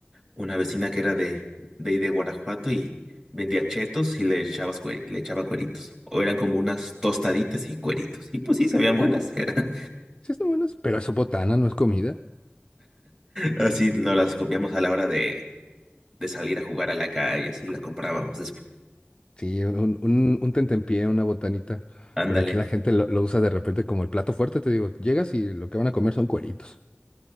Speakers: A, on the right; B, on the left.
A: una vecina que era de, de ahí de Guanajuato y vendía chetos y le echaba le echaba cueritos. O eran como unas tostaditas y cueritos. Y pues sí, sabían buenas. <laughs> era-
B: Sí, están buenas, pero eso es botana, no es comida.
A: Así nos las comíamos a la hora de, de salir a jugar a la calle, así las comprábamos después.
B: Sí, un, un, un- un tentempié, una botanita.
A: Ándale,
B: Pero aquí la gente lo, lo usa de repente como el plato fuerte, te digo. Llegas y lo que van a comer son cueritos.